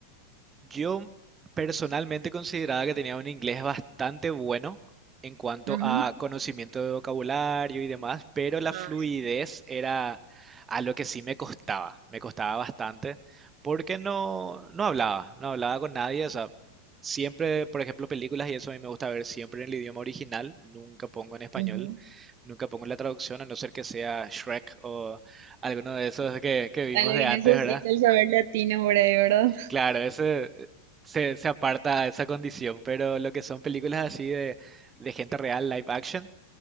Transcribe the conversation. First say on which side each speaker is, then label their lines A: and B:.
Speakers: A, on the right; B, on the right.
A: Yo personalmente consideraba que tenía un inglés bastante bueno en cuanto
B: Ujú.
A: a conocimiento de vocabulario y demás, pero la
B: Ah,
A: fluidez era a lo que sí me costaba, me costaba bastante, porque no, no hablaba, no hablaba con nadie, o sea, siempre, por ejemplo, películas y eso a mí me gusta ver siempre en el idioma original, nunca pongo en español,
B: ujú.
A: nunca pongo la traducción, a no ser que sea Shrek o alguno de esos que, que vimos
B: A lo que
A: de antes,
B: necesita
A: ¿verdad?
B: el saber latino por ahí, ¿verdad?
A: Claro, ese eh, se, se aparta a esa condición, pero lo que son películas así de, de gente real, live action,